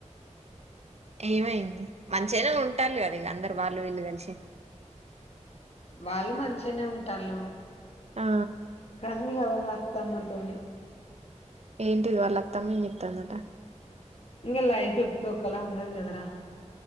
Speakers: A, on the right; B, on the left.
A: ఏమైంది మంచి అయినా ఉంటారుి కదా ఇక అందరు వాళ్ళు వీళ్ళు కలిసి
B: వాళ్ళు మంచిగనే ఉంటాళ్లు.
A: ఆ
B: కనీ ఇగ వాలత్ తమ్మ తోని.
A: ఏంటిది? వల్లత్తమ్మ ఏం చెత్తాందట?
B: ఇంగ లైఫ్ ఎప్పుడు ఒకలా ఉండదు కదరా?